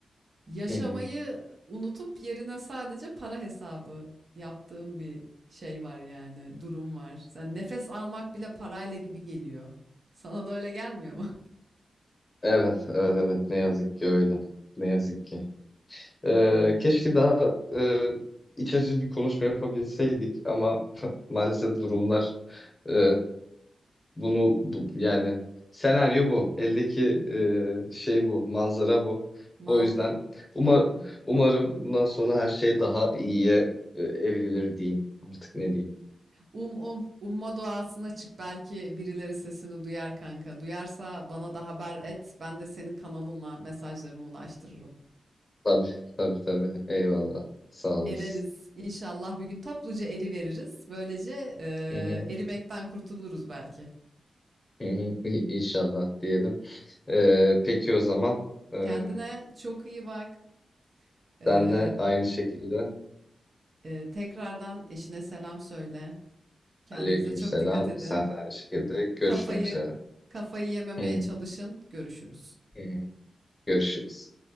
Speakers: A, on the right; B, on the left.
A: yaşamayı
B: Hı hı.
A: unutup yerine sadece para hesabı yaptığım bir şey var yani durum var. Sen nefes almak bile parayla gibi geliyor. Sana da öyle gelmiyor mu?
B: Evet, evet, evet. Ne yazık ki öyle. Ne yazık ki. Ee,
A: Aman.
B: keşke daha e, iç açıcı bir konuşma yapabilseydik ama <laughs> maalesef durumlar e, bunu bu- yani senaryo bu. Eldeki e, şey bu, manzara bu.
A: Mal
B: O yüzden
A: bu.
B: umar,
A: Hı hı.
B: umarım bundan sonra her şey daha iyiye e, evrilir diyeyim. Artık ne diyeyim?
A: Um um. Umma duasına çık. Belki birileri sesini duyar kanka. Duyarsa bana da haber et. Ben de senin kanalınla mesajlarını ulaştırırım.
B: Tabii tabii tabii. Eyvallah. Sağ
A: Ereriz.
B: olasın.
A: İnşallah bir gün topluca eri veririz. Böylece eee,
B: Hı hı,
A: erimekten kurtuluruz belki.
B: hı hı. İ- İnşallah diyelim. Ee, peki o zaman. Ee,
A: Kendine çok iyi bak. Eee,
B: Sen de aynı şekilde.
A: eee, tekrardan eşine selam söyle. Kendinize
B: Aleykümselam.
A: çok dikkat edin.
B: Sen de aynı şekilde. Görüşmek
A: Kafayı
B: üzere.
A: kafayı yememeye
B: Hı
A: çalışın. Görüşürüz.
B: hı. Görüşürüz.